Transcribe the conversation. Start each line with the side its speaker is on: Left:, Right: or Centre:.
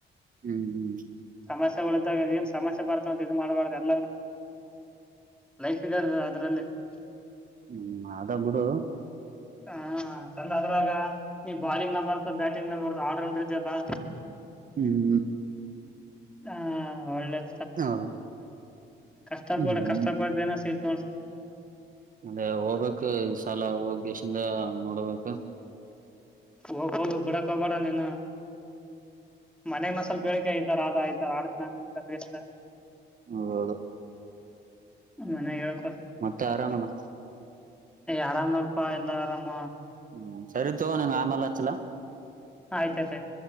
Right: ಹ್ಮ್ ಹ್ಮ್
Centre: ಸಮಸ್ಯೆಗಳ್ದಾಗ ಏನ್ ಸಮಸ್ಯೆ ಬರ್ತಾವಂತ ಮಾಡ್ಬಾರ್ದ ಲೈಫ್ ಇದ ಅದ್ರಲ್ಲಿ <unintelligible>
Right: ಹ್ಮ್ ಅದ ಬಿಡು
Centre: ಹಾ ಚಂದದ್ರಾಗ ನೀ ಬಾಲಿಂಗ್ ನ ಬರ್ತಾ ಬ್ಯಾಟಿಂಗ್ ನ ಬರ್ತ ಆಲ್ರೌಂಡ್ ಇದಲ್ಲ
Right: ಹ್ಮ್
Centre: ಹಾ ಒಳ್ಳೆದು
Right: ಹ
Centre: ಕಷ್ಟಪಡ
Right: ಹ್ಮ್
Centre: ಕಷ್ಟಪಡ್ದ ಏನೋ ಸಿಗತ್ ನೋಡ್
Right: ಅದೇ ಹೋಗ್ಕ್ು ಸಾಲ ಹೋಗ ೇಶಿಂದ ನೋಡಬೇಕ
Centre: ಒ ಬಡಾ ಕಬಡಾನನಾ ಮನೆ ಮಸಾಲ ಬೆಳಕ ಈತರ ಆದ ಈತರ ಆಡ್ತ ನಾನು ಅಂತ ಬಷ್ಟ
Right: ಹೌದೌದು
Centre: ಮನೆಗೆ ಹೇಳ್
Right: ಮತ್ತೆ ಆರಾಮಣ್ಣ
Centre: ಆರಾಮ್ ನೋಡ್ಪಾ ಎಲ್ಲರ ಆರಾಮ
Right: ಹ್ಮ ಸರಿ ತೋ ನಿನ್ಗೆ ಆಮೇಲೆ ಹಚ್ಚಲ
Centre: ಆಯ್ತಾಯ್ತ ಆಯ್ತು